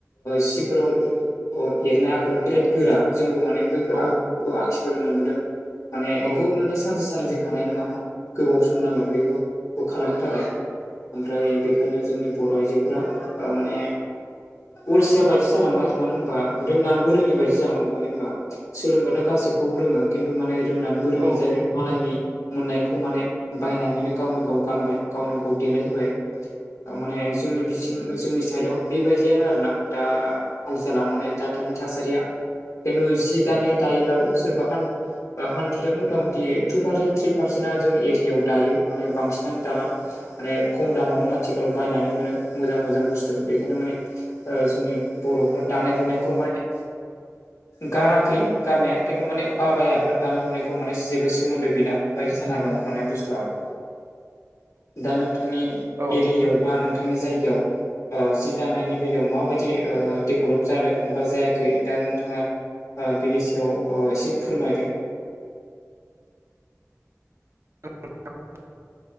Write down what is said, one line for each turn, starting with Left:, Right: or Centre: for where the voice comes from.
Left: सिफोराव एरनाय आगरा बिराद गोरा जोंबो माने बैफोर
Right: औ
Left: आखखौ आखिबोनो मोनबोदों माने
Right: औ
Left: बेखौ माने सानसे साननजों हानाय नङा गोबाव सम नांगोन बेखौ खालामनो थाखाय । ओमफ्राय बेखायनो जोंनि बर' आइजोफोरा माने अलसिया बाय दि जालांबाय मानो होनबा रोंनानैबो रोङि बायदि जालांबाय मानो होनबा सोलोंबाथ' गाैबखौबो रोङो खिन्थु माने रोंनानैबो रोङि
Right: औ
Left: जादों मालायनि मोननायखौ माने बायनानैनो गावनो गाव गानबाय गावनो गाव देलायहोबाय माने जोंनि बिथिं जोंनि साइडआव बेबायदियानो आरोना दा हाल सला माने दा थासारिया खिन्थु जि दानाया दायोब्लाबो सोरबा हान हानद्रेडआव मथा मथि टु पार्सेन्ट थ्रि पारसेन्टआ जोंनि एरियाायाव दायो माने बांसिनानो दाला माने खम दामावनो आथिखालाव बायनानै मोनो मोजां मोजां बुस्थु बेखायनो माने ओ जोंनि बर'फ्रा दानाय लुनायखौ माने गाराखै गारनाया खिन्थु माने बाबाय आरो ना दानि लुनाय मे जेबो सोमोन्दो गैला बायदि जाना दङ माने बुस्थु दा नोंथां नोंथांनि
Right: औ
Left: एरियायाव बा नोंथांनि जायगायाव जि दानायनि बेलायाव माबायदि डेभेलप जादों बा जायाखै दा नोंथाङा ओ- बिनि सायाव ओ- एसे फोरमायदो ।
Right: <unintelligible>